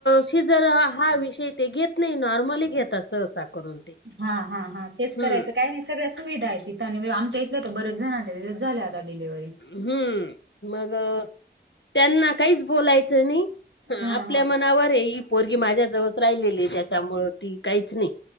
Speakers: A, on the left; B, on the right.
A: शिजर हा विषय ते घेत नाही नॉर्मली घेततात सहसा. करून ते.
B: हा-हा, हा तेच
A: हम्म
B: करायचं काय नाही. सगळ्या सुविधा आहेत तिथं, आणि आमच्या इथल्या तर बरेच जणच्या तिथंच झाल्या आता डिलिव्हरी.
A: हम्म, मग अ त्यांना काहीच बोलायचं नाही, हं
B: हा
A: आपल्या
B: हा
A: मनावर ये इ पोरगी माझ्या जवळ राहिलेली ये, त्याच्यामुळे ती काहीच नाही